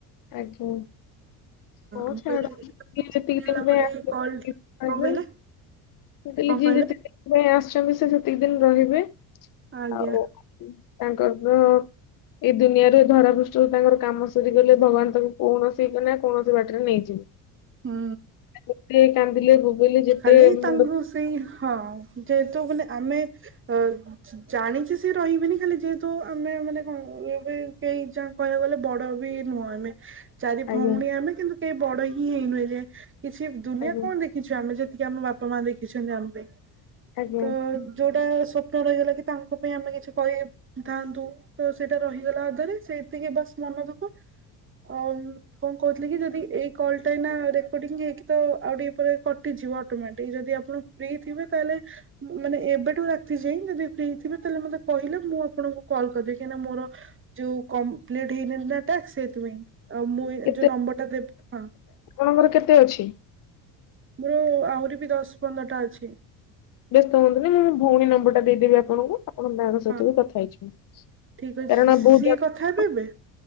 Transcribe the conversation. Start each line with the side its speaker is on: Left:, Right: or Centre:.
Left: ଆଜ୍ଞା। ହ
Right: ମୁଁ କହିଲି ଦଶ
Left: ଡତି
Right: ମିନିଟ ହେଲା
Left: <unintelligible>
Right: ପରେ କଲ କଣ କହିଲେ
Left: ମୁ କହିଲି
Right: କଣ
Left: ଯିଏ
Right: କହିଲେ
Left: ଯେତିକି ଦିନ ପାଇଁ ଆସିଛନ୍ତି, ସେ ସେତିକି ଦିନ ରହିବେ
Right: ଆଜ୍ଞା
Left: ଆଉ। ତାଙ୍କର ପୋ ଏଇ ଦୁନିଆରେ ଧରାବୃଷ୍ଟିରୁ ତାଙ୍କର କାମ ସରିଗଲେ ଭଗବାନ ତାଙ୍କୁ କଣସି ନା କୌଣସି ବାଟରେ ନେଇଯିବେ।
Right: ହୁଁ।
Left: ଯେତେ କାନ୍ଦିଲେ ବୋବେଇଲେ ଯେତେ
Right: ଖାଲି
Left: ମୁଣ୍ଡ
Right: ତାଙ୍କୁ ସେଇ ହଁ। ଯେହେତୁ ମାନେ ଆମେ ଅ-ଜାଣିଛୁ ସେ ରହିବେନି ଖାଲି ଯେହେତୁ ଆମେ ମାନେ କଣ? ଏ ବି କେହି ଯା କହିବାକୁ ଗଲେ, ବଡ ବି ନୁହଁ ଆମେ। ଚାରି
Left: ଆଜ୍ଞା
Right: ଭଉଣୀ ଆମେ କିନ୍ତୁ କେହି ବଡ ହିଁ ହେଇନୁ ଏ ଯାଏ କିଛି ଦୁନିଆ
Left: ଆଜ୍ଞା
Right: କଣ ଦେଖିବୁ। ଆମେ ଯେତିକି ଆମ ବାପା ମା ଦେଖିଛନ୍ତି ଆମ ପାଇଁ,
Left: ଆଜ୍ଞା
Right: ତ ଯୋଉଟା ସ୍ୱପ୍ନ ରହିଗଲା କି ତାଙ୍କ ପାଇଁ ଆମେ କିଛି କରିଥାନ୍ତୁ, ତ ସେଇଟା ରହିଗଲା ଅଧାରେ ସେତିକି ବାସ। ମନ ଦୁଖ। ଆ କଣ କହୁଥିଲି କି ଯଦି ଏଇ କଲ ଟା ଏଇନା ରେକର୍ଡିଂ ହେଇଥିବ। ତ ଆଉ ଟିକେ ପ ଗୋଟେ ଝିଅ ପିଲାଟେ ଯଦି ଆପଣ ଫ୍ରି ଥିବେ, ତାହେଲେ ମାନେ ଏବେଠୁ ରାତି ଯାଏଁ ଯଦି ଫ୍ରି ଥିବେ ତାହେଲେ ମତେ କହିଲେ ମୁଁ ଆପଣଙ୍କୁ କଲ୍ କରିଦେବି କାହିଁକିନା ମୋର, ଯୋଉ କପ୍ଲିଟ ହେଇନି ନା ଟାସ୍କ ସେଇଥିପାଇଁ। ଆ ମୁଇ
Left: କେତେ
Right: ଯୋଉ ନମ୍ବର ଟା ଦେବୀ ହଁ।
Left: ଆପଣଙ୍କର କେତେ ଅଛି?
Right: ମୋର ଆହୁରି ବି ଦଶ ପନ୍ଦରଟା ଅଛି।
Left: ବ୍ୟସ୍ତ ହୁଅନ୍ତୁନି, ମୁଁ ମୋ ଭଉଣୀ ନମ୍ବର ଟା ଦେଇଦେବି ଆପଣଙ୍କୁ। ଆପଣ ମାଡାମ୍ ସହିତ
Right: ହଁ
Left: ବି କଥା ହେଇଯିବେ।
Right: ଠିକ ଅଛି
Left: କାରଣ ବହୁ
Right: ସିଏ
Left: ଜାଗ
Right: କଥା ହେବେ ଏବେ